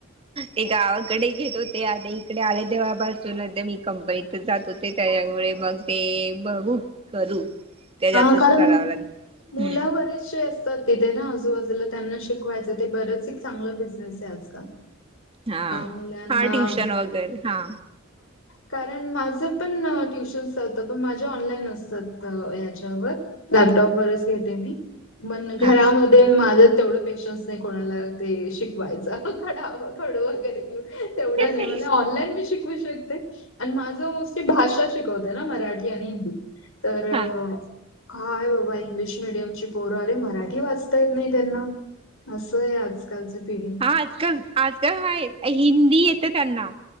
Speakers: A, on the right; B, on the left.
A: ते गावाकडे घेत होते आता इकडे आले तेव्हापासून आ मी कंपनी जात होते त्यामुळे मग ते बघू करू. त्याच्यातच
B: हा कारण
A: करावं लागेल.
B: मुलं
A: हम्म
B: बरेचसे असत तिथे ना आजूबाजूला त्यांना शिकवायचं ते बरंच एक चांगलं बिझनेस आहे आजकाल.
A: हा
B: अ, मुलांना
A: -हा ट्युशन वगैरे हा.
B: कारण माझं पण ट्युशन्स होत पण माझ्या ऑनलाईन असतात ह लॅपटॉप वरच घेते मी माझं
A: हा
B: तेवढं पेशन्स नाही कोणाला ते शिक शिकवायच खडावं खडू वगैरे तेवढं नाही
A: हा
B: मला ऑनलाईन मी शिकवू शकते. आणि माझ मोस्टली भाषा शिकवत आहे ना मराठी आणि हिंदी तर
A: हा
B: काय बाबा इंग्लिश मिीडियमची पोरं अरे मराठी वाचता येत नाही त्यांना असं आहे आजकालची पिढी.
A: आजकाल -आजकाल नाही हिंदी येत त्यांना